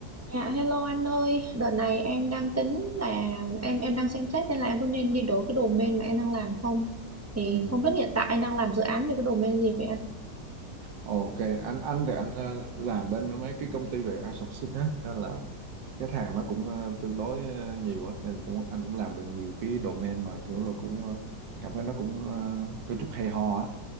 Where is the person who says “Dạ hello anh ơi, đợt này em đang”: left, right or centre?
Right